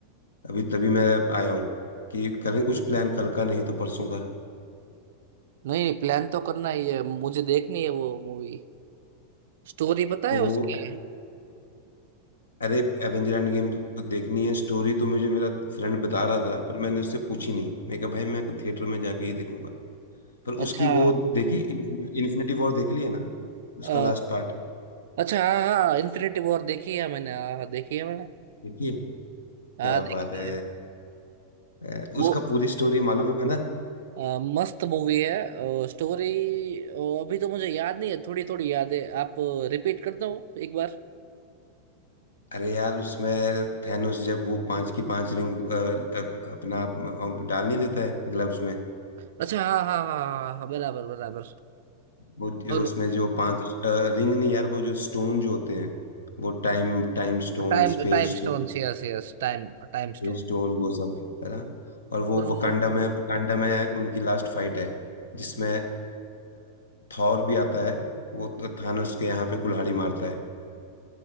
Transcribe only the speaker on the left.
अभी तभी मैं आया हूँ कि करें कुछ प्लान कल का नहीं तो परसों का
तो
अरे एवेंजर एंड गेम तो देखनी है स्टोरी तो मुझे मेरा फ्रेंड बता रहा था पर मैंने उससे पूछी नहीं मैं कहा भाई मैं थिएटर में जाके ही देखूंगा पर
उसकी वो देखी इन्फिनिटी वॉर देख ली है ना उसका
लास्ट पार्ट
देखिए
क्या
बात है
अ,
उसका पूरी स्टोरी मालूम है ना
अरे यार उसमें थैनोस जब वो पांच की पांच रिंग अ, अप- अपना अ, डाल नहीं लेता है ग्लव्स में
वो जो
उसमें जो पांच रिंग नहीं यार वो जो स्टोन जो होते हैं वो time time stone
space
stone
stone वो सब है ना और
वो
वकांडा में वकांडा में उनकी लास्ट फाइट है जिसमें थॉर भी आता है वो तो थानोस के यहाँ पे कुल्हाड़ी मारता है